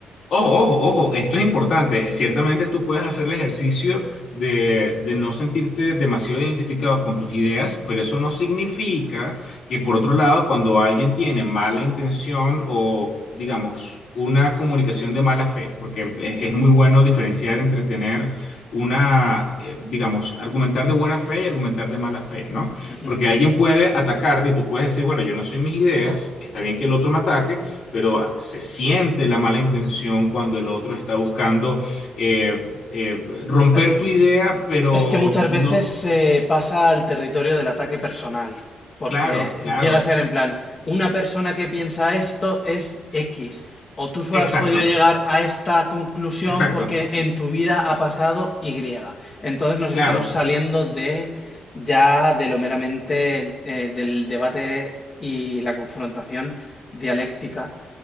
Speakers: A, on the left; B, on the left.
A: Ojo, ojo, ojo, esto es importante. Eh, Ciertamente tú puedes hacer el ejercicio de, de no sentirte demasiado identificado con tus ideas, pero eso no significa que por otro lado, cuando alguien tiene mala intención o, digamos, una comunicación de mala fe, porque es, es muy bueno diferenciar entre tener una, eh, digamos, argumentar de buena fe y argumentar de mala fe, ¿no?
B: Ujú.
A: Porque alguien puede atacarte y tú puedes decir, bueno, yo no soy mis ideas, está bien que el otro me ataque pero ah, se siente la mala intención cuando el otro está buscando eh, eh, romper
B: <laughs>
A: tu idea, pero
B: Es que muchas
A: no,
B: veces se pasa al territorio del ataque personal, porque
A: claro, claro,
B: llega a ser en plan, una persona que piensa esto es X, o tú solo
A: exacto,
B: has podido llegar a esta conclusión
A: exacto,
B: porque en tu vida ha pasado Y. Entonces nos
A: claro.
B: estamos saliendo de ya de lo meramente eh, del debate y la confrontación dialéctica.